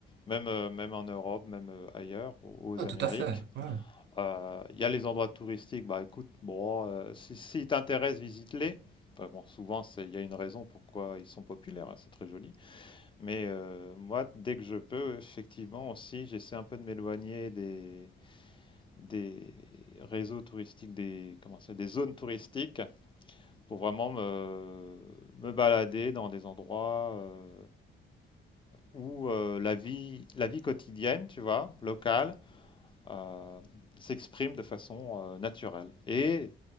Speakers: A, on the left; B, on the right.
A: même, euh, même en Europe, même euh, ailleurs, aux, aux
B: Ah,
A: Amériques.
B: tout à fait. Ouais,
A: Euh, Il y a les endroits touristiques, bah écoute, bon, euh, si, si t'intéresse, visite-les. Enfin, bon, souvent, c'est, il y a une raison pourquoi ils sont populaires, hein, c'est très joli. Mais euh, moi, dès que je peux, effectivement, aussi, j'essaie un peu de m'éloigner des, des réseaux touristiques, des, comment c'est, des zones touristiques pour vraiment me, me balader dans des endroits euh, où euh, la, vie, la vie quotidienne, tu vois, locale, euh, s'exprime de façon euh, naturelle. Et,